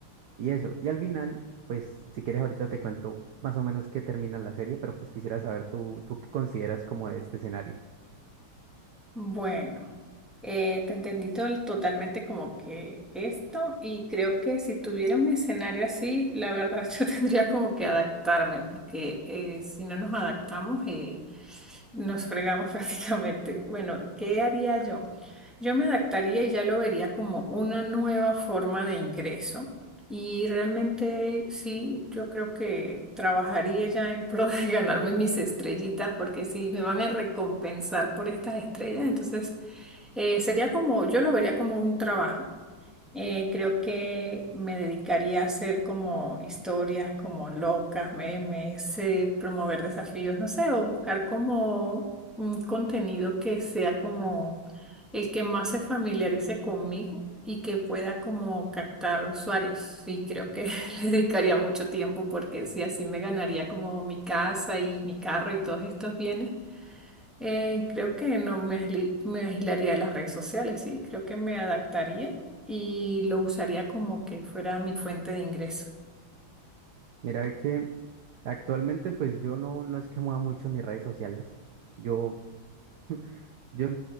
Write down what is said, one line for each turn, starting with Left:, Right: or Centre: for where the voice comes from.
Right: y eso. Y al final, pues, si quieres, ahorita te cuento más o menos qué termina la serie, pero pues quisiera saber tú, tú qué consideras como de este escenario.
Centre: Bueno, eh, te entendí tol- totalmente como que esto y creo que si tuviera un escenario así, la verdad <laughs> yo tendría como que adaptarme porque eh, si no nos adaptamos eh, nos fregamos <laughs> prácticamente. Bueno, ¿qué haría yo? Yo me adaptaría y ya lo vería como una nueva forma de ingreso Y realmente sí, yo creo que trabajaría ya en pro de <laughs> ganarme mis estrellitas, porque si me van a recompensar por estas estrellas, entonces eh, sería como, yo lo vería como un trabajo. Eh, creo que me dedicaría a hacer como historias como locas, memes, eh, promover desafíos, no sé, o buscar como un contenido que sea como el que más se familiarice conmigo y que pueda como captar usuarios. y creo que <laughs> le dedicaría mucho tiempo porque si así me ganaría como mi casa y mi carro y todos estos bienes. Eh, creo que no me, agili- me agilaría de las redes sociales, sí, creo que me adaptaría y lo usaría como que fuera mi fuente de ingreso.
Right: Mira ve que actualmente, pues yo no, no es que mueva mucho mis redes sociales. Yo, <laughs> yo